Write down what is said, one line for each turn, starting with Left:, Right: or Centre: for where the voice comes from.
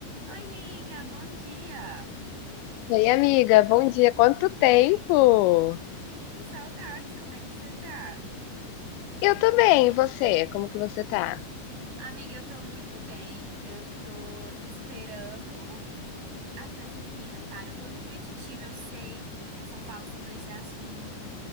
Right: Oi, amiga, bom dia.
Left: Oi, amiga, bom dia. Quanto tempo?
Right: Sim, saudades, como é que você tá?
Left: Eu também, e você? Como que você tá?
Right: Amiga, eu tô muito bem. Eu tô esperando a festa junina. Cara, eu tô repetitiva, eu sei que eu só falo sobre esse assunto,